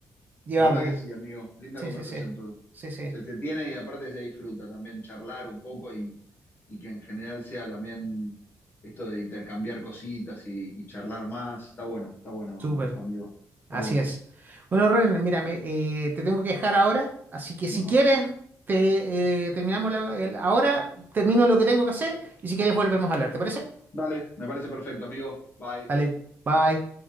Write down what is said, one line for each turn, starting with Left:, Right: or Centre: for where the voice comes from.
Right: llevamos.
Left: La verdad que sí, amigo. Linda
Right: Sí,
Left: conversación
Right: sí, sí.
Left: todo.
Right: Sí, sí.
Left: Se te tiene y aparte se disfruta también charlar un poco y, y que en general sea también esto de intercambiar cositas y, y charlar más. Está bueno, está bueno,
Right: Súper.
Left: amigo. Está
Right: Así
Left: bueno.
Right: es. Bueno, Ren, mírame, eh, te tengo que dejar ahora, así que
Left: Bueno,
Right: si quieres, te eh, terminamos la- el- ahora, termino lo que tengo que hacer y si quieres volvemos a hablar, ¿te parece?
Left: dale, me parece perfecto, amigo. Bye.
Right: Dale, bye.